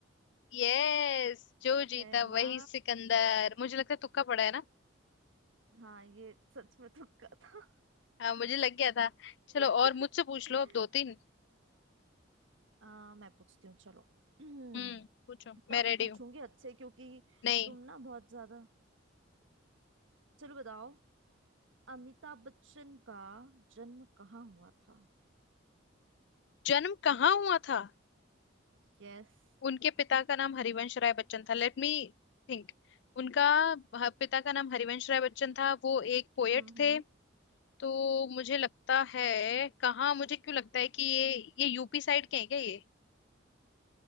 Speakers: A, on the left; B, on the right.
A: यस जो जीता
B: है ना
A: वही सिकंदर मुझे लगता है तुक्का पड़ा है ना
B: हाँ ये सच में तुक्का था
A: हाँ मुझे लग गया था चलो
B: <laughs>
A: और मुझसे पूछ लो अब दो तीन
B: आ, मैं पूछती हूँ चलो <clears throat>
A: हम्म पूछो
B: टफ
A: मैं रेडी
B: पूछूंगी
A: हूँ
B: अच्छे क्योंकि
A: नहीं
B: तुम ना बहुत ज्यादा चलो बताओ अमिताभ बच्चन का जन्म कहाँ हुआ था
A: जन्म कहाँ हुआ था
B: यस
A: उनके पिता का नाम हरिवंश राय बच्चन था लेट मी थिंक उनका ह- पिता का नाम हरिवंश राय बच्चन था वो एक पोएट
B: हम्म
A: थे
B: हम्म
A: तो मुझे लगता है कहाँ मुझे क्यों लगता है कि ये ये यूपी साइड के हैं क्या ये